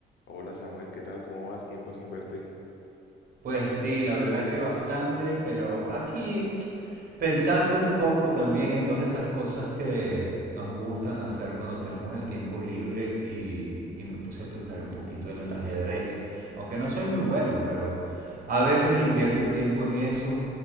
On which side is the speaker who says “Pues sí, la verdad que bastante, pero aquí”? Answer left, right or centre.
Right